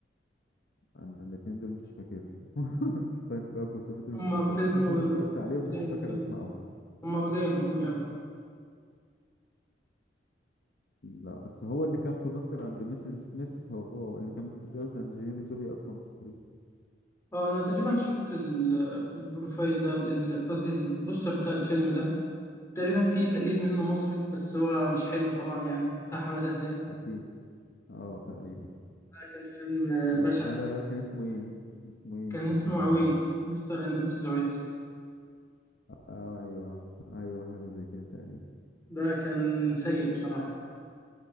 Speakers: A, on the left; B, on the left.
A: انا الاتنين دول مش فاكرهم <laughs> فايت كلاب وسيفن دول
B: هما
A: مش فاكرهم
B: فيلم
A: بس ممكن
B: و-
A: اكون اتفرجت عليهم
B: قدام
A: بس مش فاكر
B: تقريبا.
A: اسمائهم
B: هما قدام قدام أوي
A: لا بس هو اللي كان في مستر اند ميسيس سميث هو اللي كان متجوز انجلينا جولي اصلا في الحقيقة
B: أه أنا تقريبا شفت ال- البروفايل ده ال- قصدي البوستر بتاع الفيلم ده تقريبا فيه تقليد منه مصري بس هو مش حلو طبعا يعني بتاع حمادة هلال
A: اكيد اه تقريبا
B: ده كان فيلم آه،
A: لا
B: بشع
A: حماده هلال كان اسمه ايه اسمه ايه
B: كان
A: بتاع
B: اسمه
A: حماده
B: عويس
A: هلال
B: مستر اند ميسيس عويس
A: اه ايوه ايوه حاجه زي كده تقريبا
B: ده كان سيء بصراحة